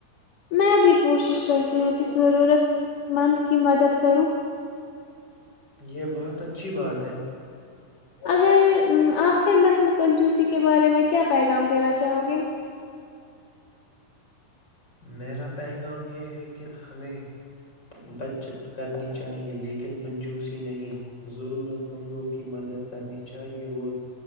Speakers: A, on the left (about 65°); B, on the left (about 30°).
A: میں بھی کوشش کرتی ہوں کہ ضرورت مند کی مدد کروں
B: یہ بہت اچھی بات ہے
A: اگر آخر میں تم کن چوسی کے بارے میں کیا پیغام دینا چاہو گے
B: میرا پیغام یہ ہے کہ ہمیں بچت کرنی چاہیے لیکن کنجوسی نہیں ضرورت مندوں کی مدد کرنی چاہیے اور